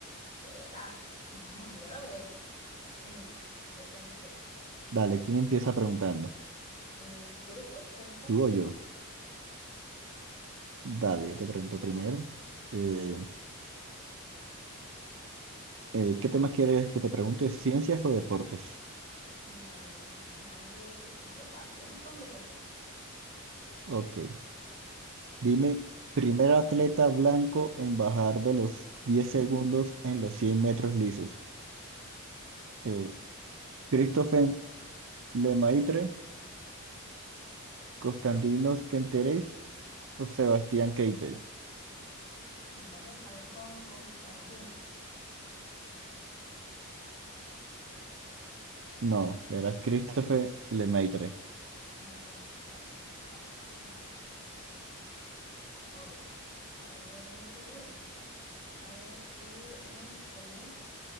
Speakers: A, on the left; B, on the right.
A: Será. Mm, ya lo veremos. Está bien, empecemos pues.
B: Dale, ¿quién empieza preguntando?
A: Eh, si quieres tú, pregúntame
B: ¿Tú
A: a mí.
B: o yo? Dale, yo te pregunto primero. Eh, eh, ¿qué temas quieres que te pregunte? ¿Ciencias o deportes?
A: Mm, A ver, vamos con algo, según yo, fácil. Vamos con deporte.
B: Ok, dime, primer atleta blanco en bajar de los 10 segundos en los 100 metros lisos.
A: A ver.
B: Eh, Christopher Lemaitre, Constantinos Kenteris Sebastián Keitel.
A: Mm, vamos a ver con Constantino.
B: No, era Christopher Lemaitre.
A: Ah, ok, ok. Bueno, no pasa nada. A ver, ok. Ahora viene tu turno. A ver, tú entre